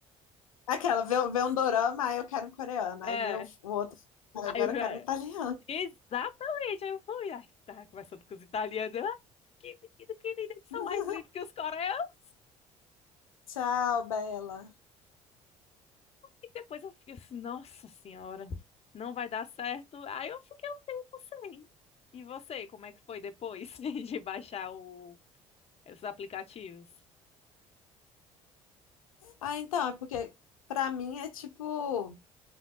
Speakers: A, on the left; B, on the left.
A: Aquela, vê, vê um dorama, aí eu quero um coreano.
B: É,
A: Aí vê o, o outro, "Ah,
B: aí
A: agora
B: eu, já-
A: eu quero um italiano.
B: exatamente, aí eu fui, aí ficava conversando com os italianos, eu, ah, que menino, que lindo, eles são
A: <laughs>
B: mais lindos que os coreanos,
A: Tchau, Bela.
B: e depois eu fiquei assim, nossa senhora, não vai dar certo, aí eu fiquei um tempo sem. E você, como é que foi depois <laughs> de baixar o, esses aplicativos?
A: Ah, então, é porque pra mim é tipo,